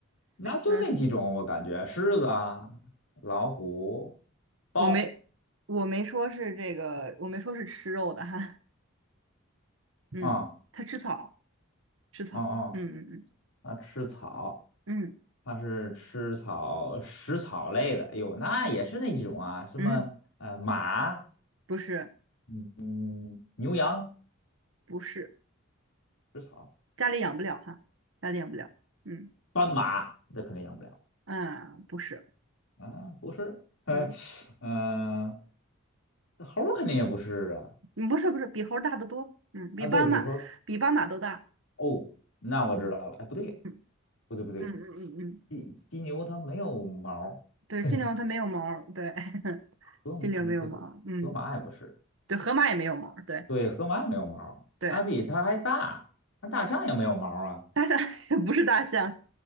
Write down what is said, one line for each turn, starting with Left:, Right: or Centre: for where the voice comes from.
Left: 那就那几种，
Right: 嗯，
Left: 我感觉狮子啊、老虎、豹，
Right: 我没我没说是这个，我没说是吃肉的哈，嗯，
Left: 啊
Right: 它吃草吃草，
Left: 嗯，啊，
Right: 嗯嗯
Left: 它吃草，
Right: 嗯
Left: 它是吃草食草类的。哎呦，那也是那几种啊，什么呃马，
Right: 嗯嗯，不是
Left: 嗯嗯，牛羊
Right: 不是，
Left: 食草，
Right: 家里养不了哈，家里养不了，嗯
Left: 斑马那肯定养不了
Right: 啊，不是。
Left: 啊，不是，<laughs> 嗯
Right: 嗯，
Left: 嗯，呃猴儿肯定也不是啊，
Right: 嗯不是不是，比猴儿大得多，嗯，
Left: 啊对比猴。
Right: 比斑马比斑马都大，
Left: 哦，那我知道了。
Right: 嗯
Left: 哎，不对，
Right: 嗯
Left: 不对，不对，
Right: 嗯嗯嗯嗯，
Left: 犀犀牛它没有毛儿，
Right: 对，
Left: 嘿，
Right: 犀牛它没有毛儿对，<laughs>
Left: 河马嗯不对，
Right: 犀牛没有毛儿嗯，
Left: 河马也不是，
Right: 对，河马也没有毛儿对
Left: 对，河马也没有毛儿，
Right: 对，
Left: 它比它还大，那大象也没有毛儿啊。
Right: <laughs> 不是大象，